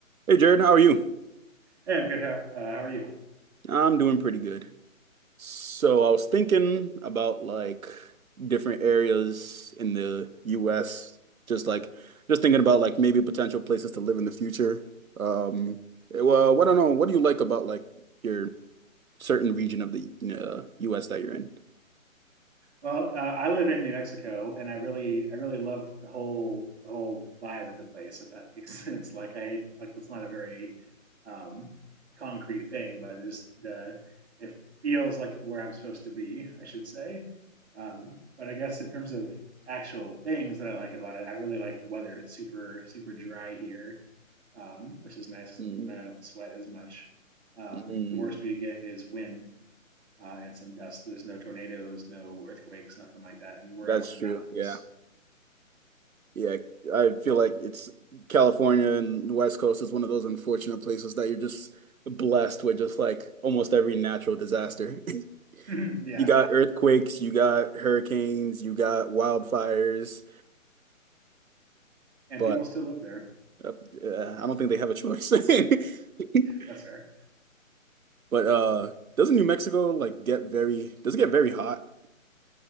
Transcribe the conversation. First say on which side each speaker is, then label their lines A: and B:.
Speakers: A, on the right; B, on the right.
A: Hey Jared, how are you?
B: Hey, I'm good. How, uh, how are you?
A: I'm doing pretty good. So I was thinking about like different areas in the US, just like just thinking about like maybe potential places to live in the future. Um, well, I don't know. What do you like about like your certain region of the uh, US that you're in?
B: Well, uh, I live in New Mexico, and I really, I really love the whole, the whole vibe of the place. If that makes <laughs> sense, like I, like that's not a very um, concrete thing, but it's the, it feels like where I'm supposed to be, I should say. Um, but I guess in terms of actual things that I like about it, I really like the weather. It's super, super dry here, um, which is nice. 'cause
A: Mm,
B: Then I don't sweat as much. Um,
A: mm,
B: the worst we get is wind, uh, and some dust. There's no tornadoes, no earthquakes, nothing like that. And we're
A: that's
B: up in
A: true.
B: the mountains.
A: Yeah. Yeah, I feel like it's California and the West Coast is one of those unfortunate places that you're just blessed with just like almost every natural disaster. <laughs>
B: <laughs> yeah,
A: You got earthquakes, you got hurricanes, you got wildfires,
B: and
A: but
B: people still live there.
A: uh, uh, I don't think they have a choice. <laughs>
B: <laughs> That's fair.
A: But uh, doesn't New Mexico like get very, does it get very hot?